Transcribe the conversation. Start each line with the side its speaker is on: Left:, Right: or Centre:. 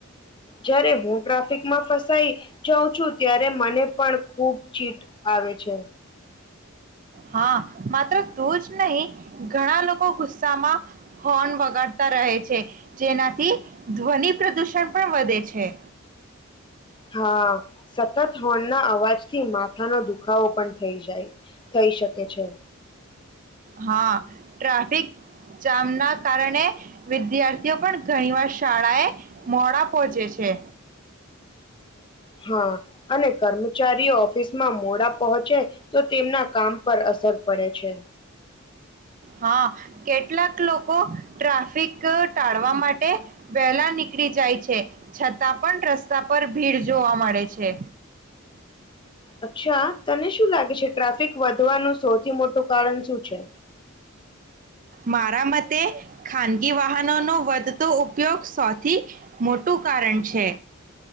Left: જય્યારે હું ટ્રાફિકમાં ફસાઈ જાઉં છું ત્યારે મને પણ ખૂબ ચીટ આવે છે.
Right: હા માત્ર તું જ નહીં ઘણા લોકો ગુસ્સામાં હોર્ન વગાડતા રહે છે જેનાથી ધ્વનિ પ્રદૂષણ પણ વધે છે.
Left: હા સતત હોર્નના અવાજથી માથાનો દુખાવો પણ થઈ જાય. થઈ શકે છે.
Right: હા ટ્રાફિક જામ ના કારણે વિદ્યાર્થીઓ પણ ઘણી વાર શાળા એ મોડા પહોંચે છે.
Left: હા અને કર્મચારીઓ ઓફિસમાં મોડા પહોંચે તો તેમના કામ પર અસર પડે છે.
Right: હા કેટલાક લોકો ટ્રાફિક ટાળવા માટે વહેલા નીકળી જાય છે છતાં પણ રસ્તા પર ભીડ જોવા મળે છે.
Left: અચ્છા તને શું લાગે છે ટ્રાફિક વધવાનું સૌથી મોટું કારણ શું છે?
Right: મારા મતે ખાનગી વાહનો નો વધતો ઉપયોગ સૌથી મોટું કારણ છે.